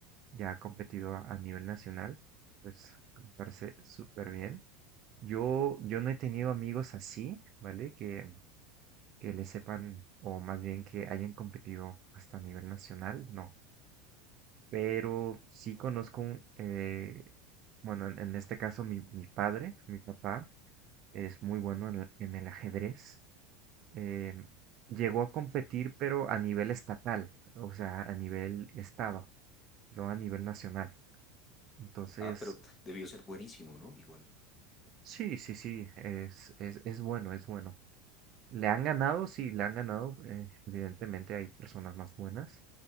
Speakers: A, on the right (about 40°); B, on the left (about 25°).
A: ya ha competido a, a nivel nacional, pues me parece súper bien. Yo, yo no he tenido amigos así, ¿vale? Que, que le sepan, o más bien que hayan competido hasta a nivel nacional, no. Pero sí conozco, un, eh, bueno, en, en este caso mi, mi padre, mi papá, es muy bueno en el, en el ajedrez. eh, llegó a competir, pero a nivel estatal, o sea, a nivel estado, no a nivel nacional. Entonces,
B: Ah, pero t- debió ser buenísimo, ¿no? Igual.
A: sí, sí, sí, es, es, es bueno, es bueno. Le han ganado, sí, le han ganado. eh, evidentemente hay personas más buenas.